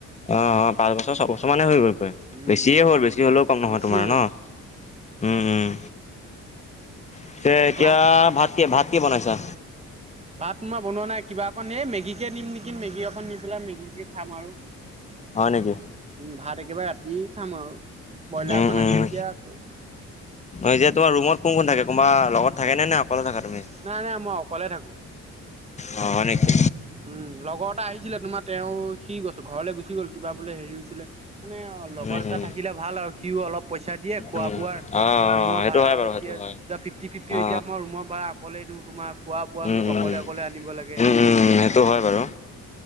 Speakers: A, on the left (about 25°); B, on the right (about 20°).
A: অ', অ', পাঁচ বছৰ ছবছৰ মানে হৈ গ'ল। <unintelligible>
B: উম
A: বেছিয়ে হ'ল বেছি হ'লেও কম নহয়
B: বেছিয়ে
A: তোমাৰ
B: হ'ল
A: ন?। হুম, হুম। পিছে এতিয়া
B: ক্লাছ
A: ভাত কি ভাত কি বনাইছা?।
B: ভাত মই বনোৱা নাই, কিবা অকণ এই মেগীকে নিম নেকি মেগী অকণ নি পেলাই মেগীকে খাম আৰু।
A: হয় নেকি।
B: উম ভাত একেবাৰে ৰাতি খাম আৰু, ব্ৰইলাৰ
A: উম
B: অকণ
A: উম
B: আনিম এতিয়া আকৌ
A: এতিয়া তোমাৰ ৰুমত কোন কোন থাকে? কোনোবা লগত থাকে নে নে অকলে থাকা তুমি?
B: নাই নাই মই অকলে থাকো।
A: অ', হয় নিকি।
B: উম, লগৰ এটা আহিছিলে তোমাৰ তেওঁ সি গছ-ঘৰলৈ গুচি গ'ল কিবা বোলে হেৰি হৈছিলে। মানে অ, লগত
A: উম
B: এটা
A: উম
B: থাকিলে ভাল আৰু সিও অলপ পইচা দিয়ে খোৱা
A: উম
B: বোৱাৰ
A: অ
B: ৰুমৰ
A: অ সেইটো
B: ভাড়া
A: হয়
B: অলপ
A: বাৰু সেইটো
B: দিয়ে,
A: হয়
B: দুটা ফিফ্টি ফিফ্টি
A: অ
B: এতিয়া মই ৰুমৰ ভাড়া অকলেই দো, তোমাৰ খোৱা বোৱা
A: উম
B: চব
A: উম
B: অকলে-অকলে আনিব লাগে।
A: উম উম সেইটো হয় বাৰু।